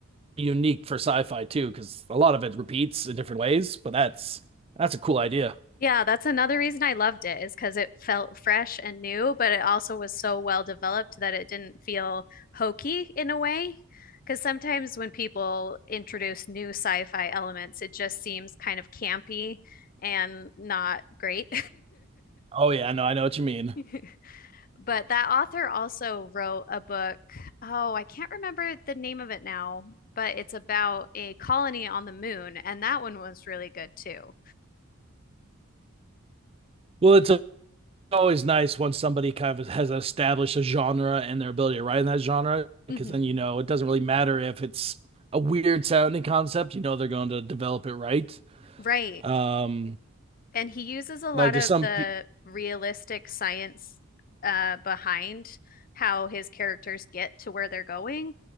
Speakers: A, on the right (about 25°); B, on the left (about 40°).
A: unique for sci-fi too, because a lot of it repeats in different ways. But that's that's a cool idea.
B: Yeah, that's another reason I loved it is because it felt fresh and new, but it also was so well developed that it didn't feel hokey in a way. Because sometimes when people introduce new sci-fi elements, it just seems kind of campy and not great.
A: Oh yeah, no, I know what you mean.
B: <laughs> But that author also wrote a book. Oh, I can't remember the name of it now, but it's about a colony on the moon, and that one was really good too.
A: Well, it's a always nice when somebody kind of has established a genre and their ability to write in that genre, because
B: hmm
A: then you know it doesn't really matter if it's a weird sounding concept. You know they're going to develop it right.
B: Right.
A: Um,
B: And he uses a lot
A: like there's
B: of
A: some
B: the
A: people,
B: realistic science uh, behind how his characters get to where they're going.